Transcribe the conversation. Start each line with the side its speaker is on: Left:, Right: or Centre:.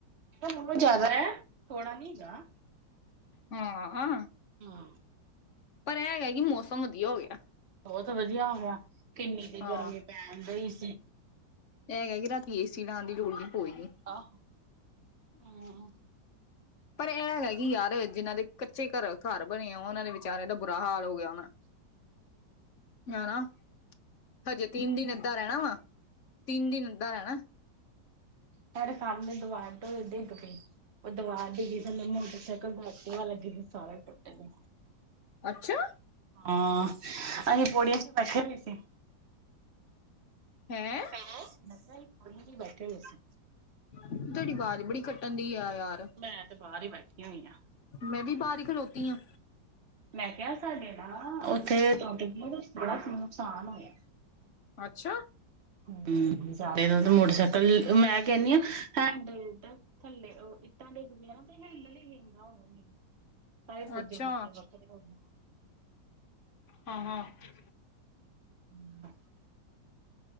Right: ਹਾ ਜ਼ਿਆਦਾ ਐ ਥੋੜਾ ਨੀ ਹੈਗਾ।
Left: ਹਾਂ ਆ।
Right: ਹਾਂ।
Left: ਪਰ ਇਹ ਹੈਗਾ ਕਿ ਮੌਸਮ ਵਧੀਆ ਹੋ ਗਿਆ।
Right: ਬਹੁਤ ਵਧੀਆ ਹੋ ਗਿਆ ਕਿੰਨੀ ਦੀ
Left: ਹਾਂ
Right: ਗਰਮੀ ਪੈਣ ਡਈ ਸੀ।
Left: ਇਹ ਹੈਗਾ ਕਿ ਰਾਤੀ ਏਸੀ ਲਾਂਣ ਦੀ ਲੋੜ ਨੀ ਹੋਏਗੀ।
Right: ਆਹੋ ਹਮ।
Left: ਪਰ ਇਹ ਹੈਗਾ ਕਿ ਯਾਰ ਜਿਹਨਾਂ ਦੇ ਕੱਚੇ ਘਰ ਘਰ ਬਣੇ ਆ। ਉਹਨਾਂ ਦੇ ਵਿਚਾਰੇ ਦਾ ਬੁਰਾ ਹਾਲ ਹੋ ਗਿਆ ਹੋਣਾ ਹਨਾ। ਹਜੇ ਤਿੰਨ ਦਿਨ ਏਦਾਂ ਰਹਿਣਾ ਵਾ ਤਿੰਨ ਦਿਨ ਏਦਾਂ ਰਹਿਣਾ।
Right: ਸਾਡੇ ਸਮਣੇ ਦਵਾਰ ਤੋਂ ਡਿੱਗ ਪਈ। ਉਹ ਦਵਾਰ ਡਿੱਗੀ ਧੱਲੇ ਮੋਟਰਸਾਈਕਲ <unintelligible> ਲੱਗੇ ਸੀ ਸਾਰੇ ਟੁਟੱ ਗਿਆ।
Left: ਅੱਛਾ।
Right: ਹਾਂ ਅਸੀਂ ਪੌੜੀਆਂ 'ਚ ਬੈਠੇ ਹੋਏ ਸੀ।
Left: ਹੈ।
Right: ਹਾ ਮੇਖਾਂ ਅਸੀਂ ਪੌੜੀਆਂ 'ਚ ਬੈਠੇ ਹੋਏ ਸੀ।
Left: ਤੁਹਾਡੀ ਆਵਾਜ਼ ਬੜੀ ਕੱਟਣ ਢਹੀ ਆ ਯਾਰ।
Right: ਮੈਂ ਤੇ ਬਾਹਰ ਹੀ ਬੈਠੇ ਹੋਈ ਆ।
Left: ਮੈਂ ਵੀ ਬਾਹਰ ਈ ਖਲੋਤੀ ਆ।
Right: ਮੈਂਖ ਸਾਡੇ ਨਾ ਉੱਥੇ ਟੋਪਕ ਨੂੰ ਬੜਾ ਨੁਕਸਾਨ ਹੋਇਆ।
Left: ਅੱਛਾ।
Right: ਹੂੰ ਸਾਰੇ ਦਾ ਤੇ ਮੋਟਰਸਾਈਕਲ ਮੈਂ ਕਹਿੰਣੀ ਆ ਹੈਂਡ ਥੱਲੇ ਉਹ ਇੱਟਾਂ ਡਿੱਗ ਪਈਆ ਤੇ ਹੈਂਡਲ ਵੀਗਾਂ ਹੋ ਗਿਆ। ਭਏ ਪੁਰਜੇ
Left: ਅੱਛਾ
Right: ਪੁਰਜੇ ਵੱਖਰੇ ਹੋ <unintelligible>
Left: ਹਾਂ - ਹਾਂ, ਹਮ।
Right: <unintelligible>